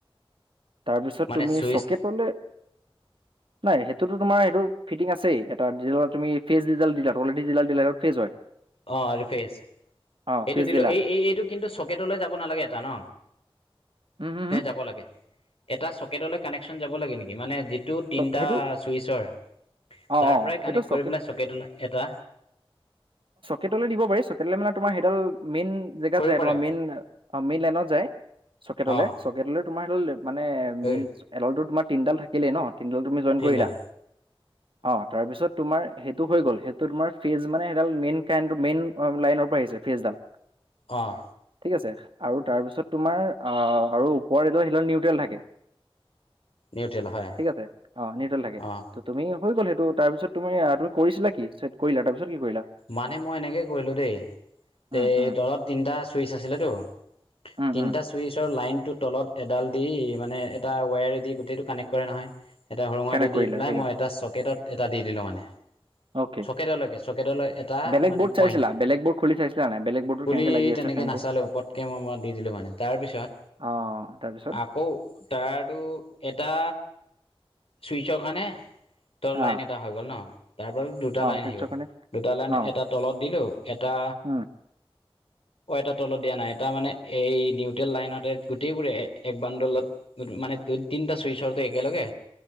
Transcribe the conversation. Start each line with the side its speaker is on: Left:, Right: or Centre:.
Right: তাৰপিছত
Left: মানে
Right: তুমি
Left: চুইচ
Right: চকেটলে নাই সেইটোতো তোমাৰ সেইটো ফিটিং আছেই এটাত জিঅ তুমি ফেজ যিডাল দিলা টলেদি যিডাল দিলা ফেজ হয়
Left: অ আৰু ফেজ
Right: অ',
Left: এইটো
Right: ফেজ
Left: দিলো
Right: দিলা
Left: এই এই এইটো কিন্তু চকেটলৈ যাব নালাগে এটা ন
Right: উম, হম, হম,
Left: নে যাব লাগে এটা চকেটলৈ কানেকচন যাব লাগে নেকি মানে টো তিনিটা
Right: সেইটো
Left: চুইচৰ
Right: অ',
Left: তাৰ
Right: অ',
Left: পৰাই
Right: সেইটো
Left: কানেক্ট
Right: চকে
Left: কৰি পেলাই চকেট এটা
Right: কটলৈ দিব পাৰিছ কট মানে তোমাৰ সেইডাল মেইন জেগাত
Left: কৰিব
Right: যায়
Left: পাৰে
Right: তোমাৰ মেইন মেইন লাইনত যায় চকেটলে
Left: অঁ
Right: চকেটলে তোমাৰ সেইডাল মানে মেইন
Left: এই
Right: এডলটো তোমাৰ তিনডাল থাকিলেই ন। কিন্তু তুমি জইন
Left: তিনিডাল
Right: কৰিলা অঁ তাৰপিছত তোমাৰ সেইটো হৈ গ'ল সেইটো তোমাৰ ফেজ মানে সেইডাল মেইন কাৰেন্ট মেইন লাইনৰ পৰা আহিছে ফেজডাল
Left: অঁ
Right: ঠিক আছে আৰু তাৰপিছত তোমাৰ আৰু ওপৰৰ সেইডাল নিউট্ৰেল থাকে
Left: নিউট্ৰেল হয়
Right: ঠিক আছে অ নিউট্ৰেল থাকে
Left: অঁ
Right: ত তুমি হৈ গ'ল সেইটো তাৰপিছত তুমি তুমি কৰিছিলা কি? কৰিলা তাৰপিছত কি কৰিলা
Left: মানে মই এনেকে কৰিলো দেই
Right: উম
Left: এই
Right: উম
Left: তলত তিনিটা চুইচ আছিল টো
Right: উম
Left: তিনিটা
Right: উম
Left: চুইচৰ লাইন টো তলত এডাল দি মানে এটা ৱায়াৰে দি গোটেইটো কানেক্ট কৰে নহয় এটা সুৰুঙা
Right: কানেক্ট
Left: দি দি
Right: কৰিলা
Left: পেলাই
Right: ঠিক
Left: মই
Right: আছে
Left: এটা চকেটত এটা দি দিলোঁ মানে
Right: অ'কে
Left: চকেটলৈকে চকেটলৈ এটা
Right: বেলেগ
Left: মানে
Right: বৰ্ড
Left: পইণ্ট
Right: চাইছিলা বেলেগ বৰ্ড খুলি চাইছিলা নাই বেলেগ বৰ্ডটো
Left: খুলি
Right: কেনেকে লাগি
Left: তেনেকে
Right: আছে ফেনবোৰ
Left: নাচালো পতকে মই দি দিলো মানে তাৰ পিছত
Right: অ তাৰপিছত
Left: আকৌ তাৰতো এটা চুইচৰ কাৰণে ত
Right: অ
Left: লাইন এটা হৈ গ'ল ন তাৰ পৰা দুটা
Right: অ
Left: লাইন
Right: চুইচৰ
Left: আহিব
Right: কাৰণে
Left: দুটালাইন
Right: অ
Left: এটা তলত দিলো এটা
Right: উম <inaudible>
Left: অ এটা তলত দিয়া নাই এটা মানে এই নিউট্ৰেল লাইনতে গোটেইবোৰে এক বান্দোলত মানে দু তিনিটা চুইচৰো একেলগে